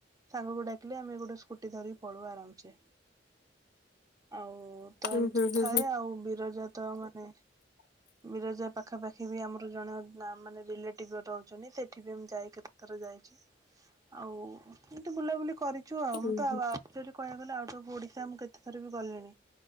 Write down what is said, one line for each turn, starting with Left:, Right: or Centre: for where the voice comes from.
Right: ସାଙ୍ଗକୁ ଡକିଲେ ଆମେ ଗୋଟେ ସ୍କୁଟି ଧରିକି ପଳୁ ଆରାମସେ ଆଉ ମୁଁ ତ
Left: ହୁଁ
Right: ଏମିତି
Left: ହୁଁ ହୁଁ
Right: ଥାଏ
Left: ହୁଁ
Right: ଆଉ ମିରରରେ ତ ମାନେ ବିରଜା ପାଖାପାଖି ବି ଆମର ଜଣେ ନା ମାନେ ରିଲେଟିଭ ରହୁଛନ୍ତି ସେଠି ବି ମୁ ଯାଇ କେତେଥର ଯାଇଛି ଆଉ ଏତେ ବୁଲାବୁଲି କରିଚୁ ଆଉ
Left: ହୁଁ
Right: ମୁଁ ତ
Left: ହୁଁ
Right: ଯଦି କହିବାକୁ ଗଲେ ଆଉଟ ଅଫ୍ ଓଡିଶା ମୁଁ କେତେ ଥର ବି ଗଲିଣି